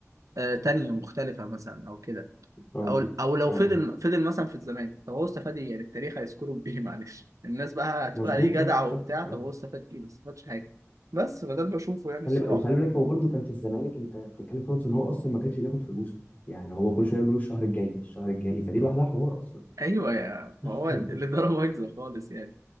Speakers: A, on the right (about 80°); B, on the left (about 30°).
A: آه، تانية مختلفة مثلا أو كده
B: اه
A: أو أو لو
B: اه
A: فضل فضل مثلا في الزمالك طب هو استفاد إيه يعني التاريخ هيذكره بإيه <laughs> معلش الناس بقى هتقول
B: مظبوط
A: عليه
B: صح
A: جدع وبتاع
B: صح اه
A: طب هو استفاد إيه ما استفادش حاجة بس فده اللي بشوفه يعني
B: خلي
A: الصراحة
B: بق- وخلي بالك هو برده كان في الزمالك انت بتتكلم في نقطه ان هو اصلا ما كانش بياخد فلوسه يعني هو كل شويه يقول له الشهر الجاي الشهر الجاي فدي لوحدها حوار اصلا
A: أيوه يا
B: <laughs>
A: فهو الإدارة بايظة خالص يعني